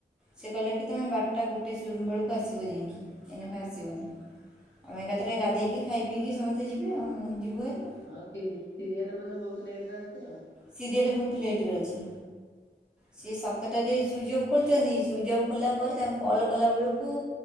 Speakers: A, in the centre; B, on the left.
A: ସିଏ କହିଲେ କି ତମେ ବାରଟା ଗୋଟେ ସୁ ବେଳକୁ ଆସିବ ଯାଇଁକି ଏଇନାକେ ଆସିବନି। ଆମେ ଏକାଥରେ ଗାଧେଇକି ଖାଇ ପିଇକି ସମସ୍ତେ ଯିବେ ଆଉମ୍ ଯିବୁ ହାରି।
B: ଆଉ ସିରି ସିରିଏଲ୍‌ ବୋଧେ ବୋହୁତ ଲେଟରେ ଅଛି ଆଉ।
A: ସିରିଏଲ ବୋହୁତ ଲେଟରେ ଅଛି ସିଏ ସାତଟାରେ ସୁଇଜ୍‌ ଅପ୍ ଖୋଲୁଚନ୍ତି ସୁଇଜ୍ ଅପ୍ ଖୋଲା ପରେ ତାଙ୍କୁ କଲ୍ କଲାବେଳକୁ